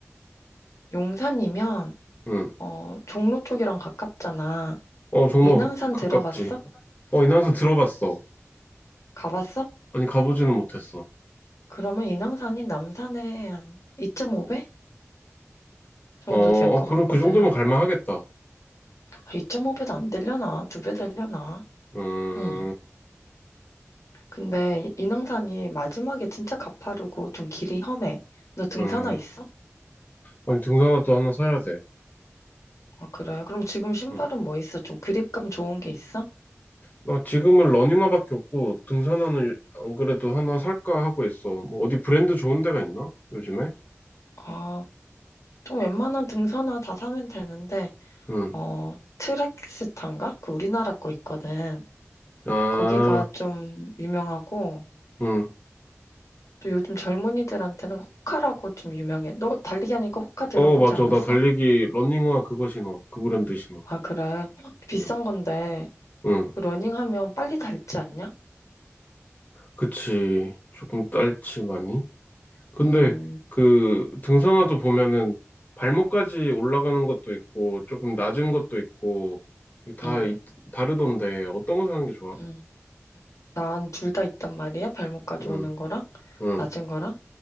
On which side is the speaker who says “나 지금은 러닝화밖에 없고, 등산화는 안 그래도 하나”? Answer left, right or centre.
Left